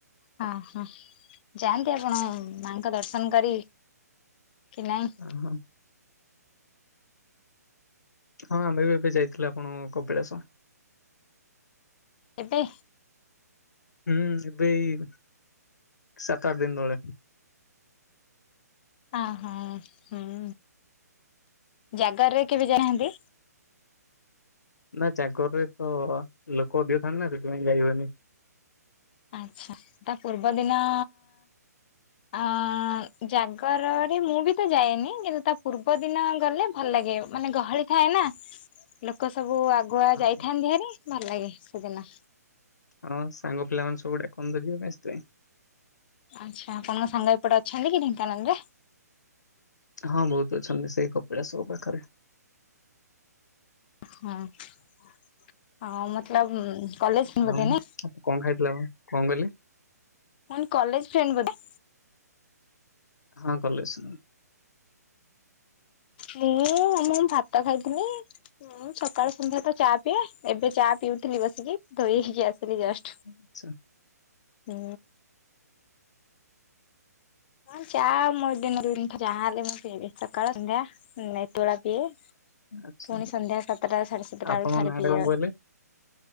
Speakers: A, on the left; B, on the left.
A: ହଁ ହଁ ଯାଆନ୍ତି ଆପଣ ମାଙ୍କ ଦର୍ଶନ କରି କି ନାଇ?
B: ଓହଁ। ହଁ ଆମ୍ଭେ ବି ଏବେ ଯାଇଥିଲୁ ଆପଣ ଙ୍କ କପିଳାସ।
A: କେବେ?
B: ହୁଁ ଏବେ ଏଇ ସାତ ଆଠ ଦିନ ତଳେ।
A: ଅହୋ ହୁଁ ଜାଗରରେ କେବେ ଯାଇନାହାନ୍ତି?
B: ନା ଜାଗରରେ ତ ଲୋକ ଅଧିକ ଥାନ୍ତି ନା ସେଥିପାଇଁ ଯାଇ ହୁଏନି।
A: ଆଚ୍ଛା ତା ପୂର୍ବ ଦିନ ଆ ଜାଗରରେ ମୁଁ ବି ତ ଯାଏନି କିନ୍ତୁ ତା ପୂର୍ବ ଦିନ ଗଲେ ଭଲ ଲାଗେ ମାନେ ଗହଳି ଥାଏ ନା ଲୋକ ସବୁ ଆଗ ଗୁଆ
B: ଅହ।
A: ଯାଇଥାନ୍ତି ଭଲ ଲାଗେ ସେଦିନ।
B: ହଁ ସାଙ୍ଗ ପିଲା ମାନେ ସବୁ ଡାକନ୍ତି ଯିବା ପାଇଁ ସେଥିପାଇଁ।
A: ଆଚ୍ଛା ଆପଣଙ୍କ ସାଙ୍ଗ ଏପଟେ ଅଛନ୍ତି କି ଢେଙ୍କାନାଳ ରେ?
B: ହଁ ବହୁତ ଅଛନ୍ତି ସେଇ କପିଳାସ ଙ୍କ ପାଖରେ।
A: ହୁଁ ହ ମତଲବ କଲେଜ
B: ହଁ
A: ବୋଧେ
B: ମୁଁ,
A: ନା
B: କଣ ଖାଇଥିଲେ ଆପଣ? କଣ କହିଲେ?
A: ହୁଁ କଲେଜ ଫ୍ରେଣ୍ଡ ବୋଧେ?
B: ହଁ କଲେଜଶୂନ୍
A: ହୁଁ ମୁଁ ମୁଁ ଭାତ ଖାଇଥିଲି। ମୁଁ ସକାଳ ସନ୍ଧ୍ୟା ତ ଚା ପିଏ, ଏବେ ଚା ପିଉଥିଲି ବସିକି ଧୋଇ ହେଇକି ଆସିଲି ଜଷ୍ଟ।
B: ଆଚ୍ଛା।
A: ହୁଁ। ହଁ ଚା ମୋ ଦିନକୁ ଦି ଥର ଚା ହେଲେ ମୁଁ ପିଇବି ସକାଳ ସଂଧ୍ୟା। ନାଇଁ ତୋଳା ପିଏ।
B: ଆଚ୍ଛା
A: ପୁଣି ସନ୍ଧ୍ୟା ସାତଟା ସାଢେ ସାତଟା
B: ଆପଣଙ୍କ
A: ବେଳେ ଥରେ
B: ନାଁ
A: ପିଏ।
B: ଟା କଣ କହିଲେ?